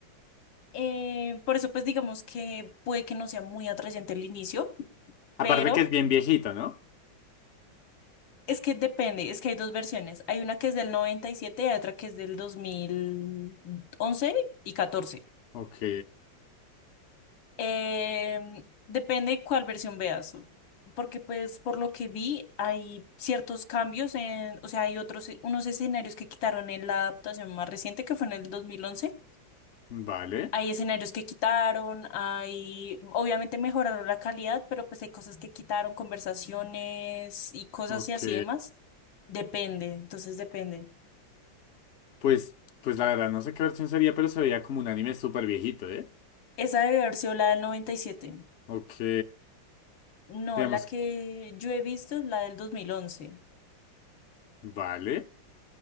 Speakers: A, on the left; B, on the left.
A: Eh, por eso, pues digamos que puede que no sea muy atrayente el inicio, pero
B: Aparte que es bien viejito, ¿no?
A: es que depende, es que hay dos versiones. Hay una que es del noventa y siete y hay otra que es del dos mil once y 14.
B: Ok.
A: Eh, depende cuál versión veas, porque pues por lo que vi hay ciertos cambios en, o sea, hay otros, unos escenarios que quitaron en la adaptación más reciente que fue en el 2011.
B: Vale.
A: Hay escenarios que quitaron, hay, obviamente mejoraron la calidad, pero pues hay cosas que quitaron, conversaciones y cosas
B: Ok.
A: y así demás. Depende, entonces depende.
B: Pues, pues la verdad, no sé qué versión sería, pero se veía como un anime súper viejito, ¿eh?
A: Esa debe haber sido la del 97?
B: Ok.
A: No,
B: Digamos,
A: la que yo he visto es la del 2011.
B: Vale.